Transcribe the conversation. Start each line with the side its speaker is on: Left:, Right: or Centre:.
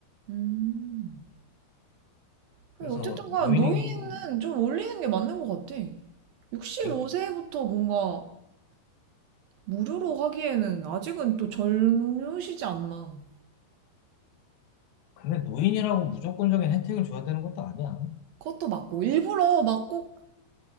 Right: 음. 그래,
Left: 그래서
Right: 어쨌든 간
Left: 노인
Right: 노인은
Left: 인구
Right: 좀 올리는 게 맞는 것 같아. 65세부터
Left: 인-
Right: 뭔가 무료로 하기에는 아직은 또 젊으시지 않나.
Left: 근데 노인이라고 무조건적인 혜택을 줘야 되는 것도 아니야.
Right: 그것도 맞고. 일부러 막 꼭